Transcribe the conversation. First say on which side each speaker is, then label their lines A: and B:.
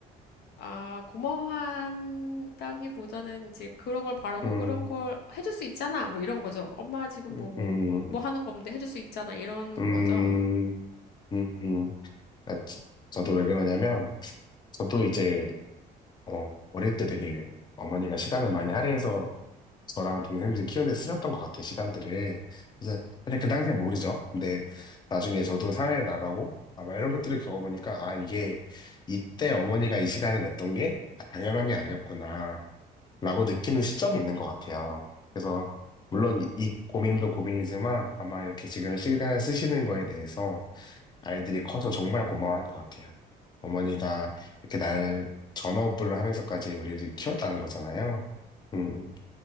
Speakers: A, on the left; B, on the left.
A: 아, 고마워한다기보다는 이제 그런 걸 바라고
B: 음,
A: 그런 걸 해줄 수 있잖아. 뭐 이런 거죠. 엄마 지금
B: 음,
A: 뭐,
B: 음,
A: 뭐 하는 거 없는데 해줄 수 있잖아. 이런
B: 음,
A: 거죠.
B: 음. 음. 아, 지- 저도 왜 그러냐면, 저도 이제 어, 어릴 때 되게 어머니가 시간을 많이 할애해서 저랑 동생들이 키우는데 쓰셨던 것 같아요, 시간들을. 그래서, 근데 그 당시엔 모르죠. 근데 나중에 저도 사회에 나가고 아마 이런 것들을 겪어보니까, 아, 이게 이때 어머니가 이 시간을 냈던 게 아, 당연한 게 아니었구나, 라고 느끼는 시점이 있는 것 같아요. 그래서, 물론 이, 이 고민도 고민이지만 아마 이렇게 지금 시간을 쓰시는 거에 대해서 아이들이 커서 정말 고마워할 것 같아요. 어머니가 이렇게 날 전업을 하면서까지 우리를 키웠다는 거잖아요. 음, 음.